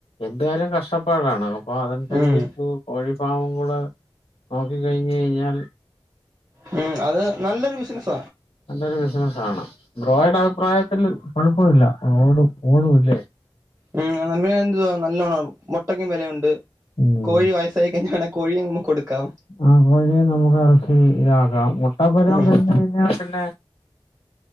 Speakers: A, on the left; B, on the right.
A: എന്ത് കാര്യം നഷ്ടം ഒരുപ്പാടാണ് അപ്പോ അതനുസരിച്ച്
B: ഉം
A: ഇന്ക് കോഴി ഫാമും കൂടെ നോക്കി കഴിഞ്ഞഴിഞ്ഞാൽ
B: മ് അത് നല്ലൊരു ബിസിനസ്സ
A: നല്ലരു ബിസിനസ്സാണ് ബ്രോയുടെ അഭിപ്രായത്തിൽ കുഴപ്പമില്ല ഓടും ഓടുംല്ലേ
B: ഉം <unintelligible> എതു നല്ലോണ്ണം മൊട്ടക്കും വിലയുണ്ട്
A: മ്
B: കോഴി വയസ്സായി കഴിഞ്ഞാണ കോഴിയെ നമുക്ക് കൊടുക്കാം
A: ആ കോഴിയും നമുക്ക് അറച്ചി ഇതാക്കാം മുട്ടാപ്പരവ്വം
B: ഉം
A: കഴിഞ്ഞാഞ്ഞ പിന്നെ